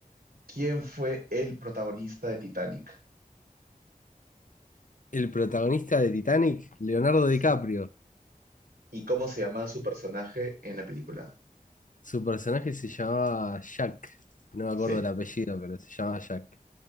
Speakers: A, on the right; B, on the left.
A: ¿Quién fue el protagonista de Titanic?
B: el protagonista de Titanic, Leonardo
A: Sí.
B: DiCaprio.
A: ¿Y cómo se llamaba su personaje en la película?
B: Su personaje se llamaba Jack. No me
A: Sí.
B: acuerdo el apellido, pero se llamaba Jack.